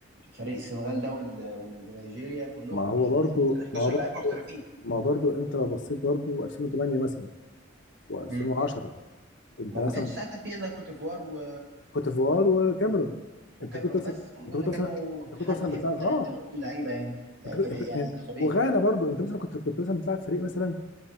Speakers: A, on the right; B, on the left.
A: فريق السنغال ده وال- وال- ونيجيريا كلهم
B: ما
A: كل
B: هو
A: ال
B: برضو
A: ال 11
B: ما هو برضو
A: لاعب محترفين
B: ما هو برضو انت لو بصيت برضو 2008 مثلا و2010
A: مم.
B: انت
A: ما
B: مثلا
A: ما كانش ساعتها في الا كوت ديفوار و...
B: كوت ديفوار وكاميرون
A: وكاميرون
B: انت كنت مثلا
A: بس هم
B: انت
A: دول
B: كنت
A: اللي
B: مثلا
A: كانوا
B: انت كنت
A: حد
B: مثلا بتلعب
A: يعتبرهم
B: اه
A: لعيبة يعني يعني
B: انت كنت...
A: فرق
B: انت...
A: يعني
B: انت...
A: منتخبين
B: وغانا برضو انت مثلا كنت كنت مثلا بتلعب فريق مثلا